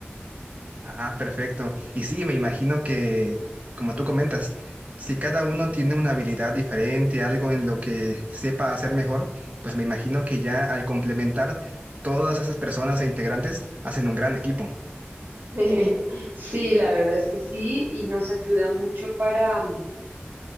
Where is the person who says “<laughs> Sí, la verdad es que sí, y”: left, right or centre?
Right